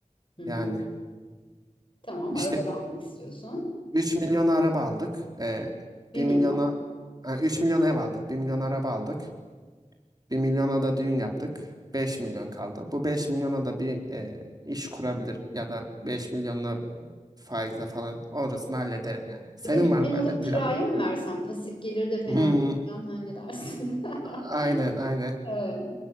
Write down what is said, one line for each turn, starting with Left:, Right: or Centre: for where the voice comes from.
Left: Hı
Right: yani.
Left: hı. Tamam
Right: işte
Left: araba da almak istiyorsun.
Right: 3 milyona araba aldık. E,
Left: bir
Right: 1
Left: milyon.
Right: milyona, ha, 3 milyon ev aldık. bir milyon araba aldık. bir milyona da düğün yaptık. 5 milyon kaldı. Bu 5 milyona da bir e, iş kurabilirim. Ya da 5 milyonla faizle falan orasını hallederim yani. Senin
Left: Bir de dükkan
Right: var mı böyle
Left: alıp
Right: planın?
Left: kiraya mı versen pasif gelir de fena
Right: Hmm,
Left: değil. Can, ha ne dersin? <laughs>
Right: aynen aynen.
Left: Evet,